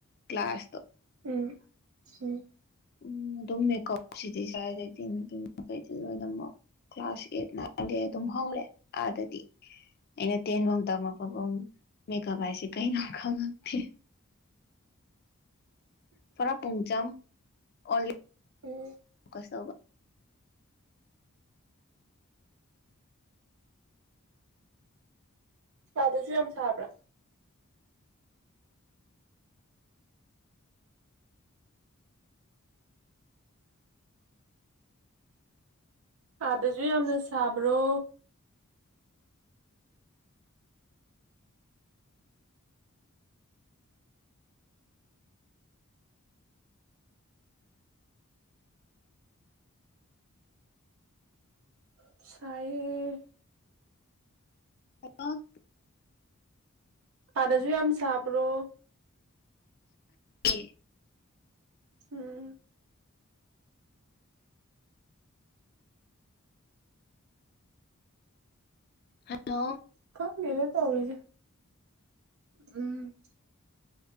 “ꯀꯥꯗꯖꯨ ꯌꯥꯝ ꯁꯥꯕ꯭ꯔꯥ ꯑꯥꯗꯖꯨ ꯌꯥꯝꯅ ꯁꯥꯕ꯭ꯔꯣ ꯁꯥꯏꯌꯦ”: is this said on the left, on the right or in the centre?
Right